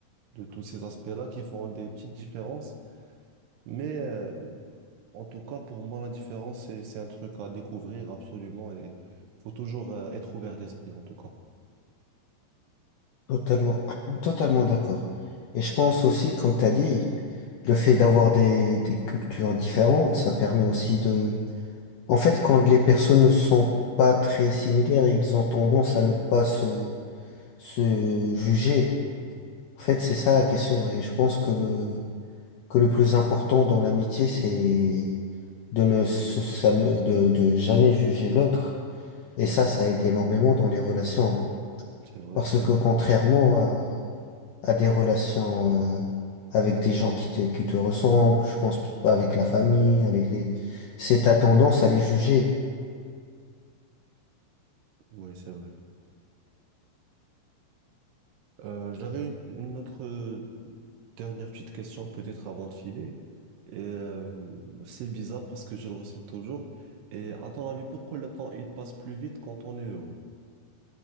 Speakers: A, on the right; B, on the left.
A: de tous ces aspects-là qui font des petites différences. Mais, euh, en tout cas, pour moi, la différence, c'est, c'est un truc à découvrir absolument et faut toujours euh, être ouvert d'esprit, en tout cas.
B: Totalement, <clears throat> totalement d'accord. Et je pense aussi, comme t'as dit, le fait d'avoir des, des cultures différentes, ça permet aussi de... En fait, quand les personnes ne sont pas très similaires, ils ont tendance à ne pas se, se juger. En fait, c'est ça la question.
A: Ouais.
B: Et je pense que le, que le plus important dans l'amitié, c'est de ne se, sam- de, de jamais juger l'autre. Et
A: oui,
B: ça, ça aide énormément dans les relations.
A: c'est vrai,
B: Parce
A: c'est
B: que
A: vrai.
B: contrairement à, à des relations euh, avec des gens qui te, qui te ressemblent, je pense avec la famille, avec les... C'est ta tendance à les juger.
A: Oui, c'est vrai. Euh, j'avais une, une autre euh, dernière petite question, peut-être avant de filer. Et, euh, c'est bizarre parce que je le ressens toujours. Et à ton avis, pourquoi le temps, il passe plus vite quand on est heureux?